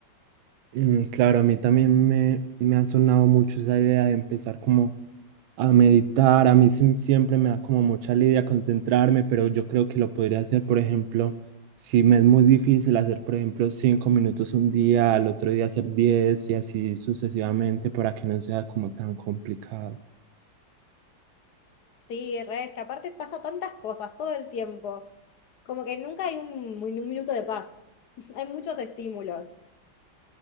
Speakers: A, on the right; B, on the left.
A: Mm, claro, a mí también me, me ha sonado mucho esa idea de empezar como a meditar. A mí sí- siempre me da como mucha lidia concentrarme, pero yo creo que lo podría hacer, por ejemplo, si me es muy difícil hacer, por ejemplo, cinco minutos un día, al otro día hacer diez y así sucesivamente para que no sea como tan complicado.
B: Sí, re, es que aparte pasa tantas cosas todo el tiempo. Como que nunca hay un, un minuto de paz. <laughs> Hay muchos estímulos.